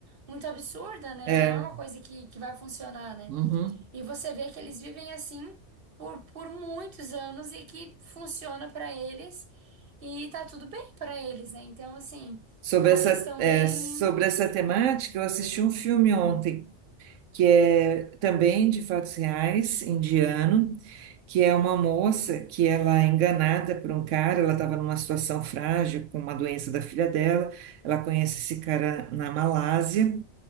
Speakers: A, on the right; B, on the right.
A: muito absurda, né?
B: é,
A: Não é uma coisa que, que vai funcionar, né?
B: uhum.
A: E você vê que eles vivem assim por, por muitos anos e que funciona pra eles e tá tudo bem pra eles, né? Então, assim,
B: Sobre
A: é uma
B: essa,
A: questão
B: é,
A: bem.
B: sobre essa temática, eu assisti um filme ontem que é também de fatos reais, indiano, que é uma moça que ela é enganada por um cara, ela estava numa situação frágil com uma doença da filha dela, ela conhece esse cara na Malásia,